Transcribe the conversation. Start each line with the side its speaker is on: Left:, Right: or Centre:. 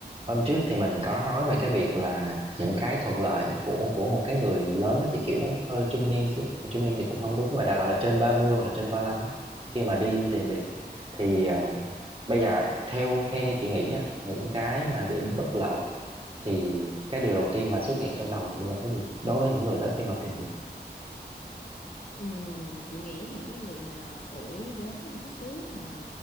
Right: hôm trước thì mình có nói về cái việc là những cái thuận lợi của của một cái người lớn nó chỉ kiểu hơi trung niên xíu trung niên thì cũng không đúng nhưng mà đại loại là trên 30 hoặc là trên 35 á, khi mà đi tìm việc thì à, bây giờ theo theo như chị nghĩ nha những cái mà điểm
Left: Ừ.
Right: bất lợi thì cái điều đầu tiên mà xuất hiện trong đầu chị là cái gì đối với những người đó khi mà tìm việc
Left: Ừ. Chị nghĩ những cái người mà tuổi lớn hơn tí xíu mà